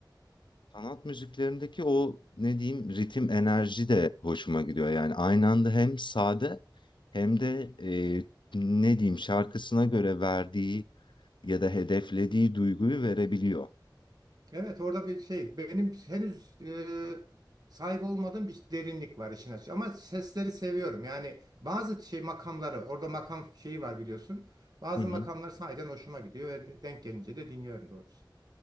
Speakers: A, on the left; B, on the right.
A: Sanat müziklerindeki o ne diyeyim ritim enerji de hoşuma gidiyor. Yani aynı anda hem sade hem de e, ne diyeyim şarkısına göre verdiği ya da hedeflediği duyguyu verebiliyor.
B: Evet orada bir şey benim henüz e, sahip olmadığım bir derinlik var işin açığı ama sesleri seviyorum. Yani bazı şey makamları orada makam şeyi var biliyorsun. Bazı
A: Hı hı.
B: makamlar sahiden hoşuma gidiyor ve de- denk gelince de dinliyorum doğrusu.